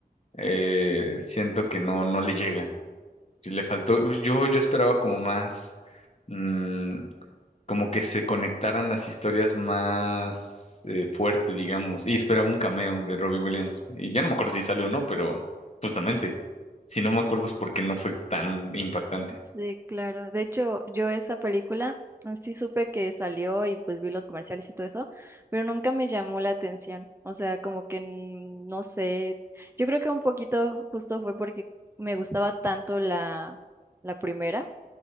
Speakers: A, on the left (about 45°); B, on the right (about 15°).
A: eh, siento que no, no le llega. Sí Le faltó, yo, yo esperaba como más, mm, como que se conectaran las historias más eh, fuerte, digamos, y esperaba un cameo de Robbie Williams. Y ya no me acuerdo si salió o no, pero justamente, si no me acuerdo es porque no fue tan impactante.
B: Sí, claro. De hecho, yo esa película eh, sí supe que salió y pues vi los comerciales y todo eso, pero nunca me llamó la atención. O sea, como que mm, no sé. Yo creo que un poquito justo fue porque me gustaba tanto la, la primera